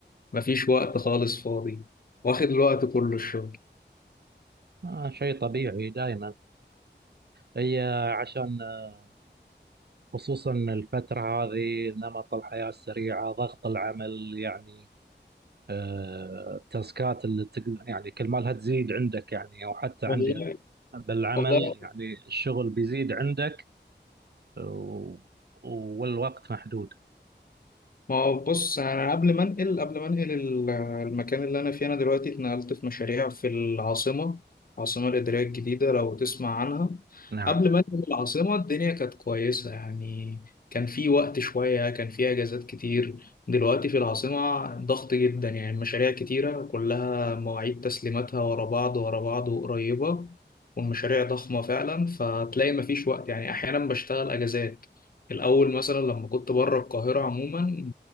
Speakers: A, on the left; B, on the right.
A: مفيش وقت خالص فاضي واخد الوقت كله الشغل
B: آه شيء طبيعي دائما هي عشان آه، خصوصا الفترة هذه نمط الحياة السريعة ضغط العمل يعني آه التاسكات اللي تق... يعني كل ما لها تزيد عندك يعني أو حتى
A: والله
B: عندي بالعمل
A: والله
B: يعني الشغل بيزيد عندك و... والوقت محدود
A: ما هو بص انا قبل ما انقل قبل ما انقل ال- المكان اللي انا فيه انا دلوقتي اتنقلت في مشاريع في العاصمه العاصمه الاداريه الجديده لو تسمع عنها
B: نعم
A: قبل ما انقل العاصمه الدنيا كانت كويسه يعني كان في وقت شويه كان في اجازات كتير دلوقتي في العاصمه ضغط جدا يعني مشاريع كتيره كلها مواعيد تسليماتها ورا بعض ورا بعض وقريبه والمشاريع ضخمه فعلا فتلاقي مفيش وقت يعني احيانا بشتغل اجازات الأول مثلا لما كنت بره القاهرة عموما